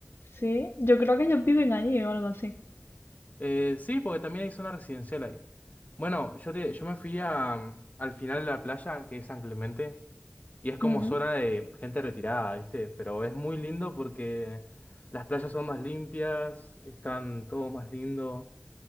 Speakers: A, on the left; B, on the left.
A: Sí, yo creo que ellos viven allí o algo así.
B: Eh, sí, porque también hay zona residencial ahí. Bueno, yo, te- yo me fui a, mm, al final de la playa, que es San Clemente, y es como
A: Ujú.
B: zona de gente retirada, ¿viste? Pero es muy lindo porque las playas son más limpias, están todo más lindo,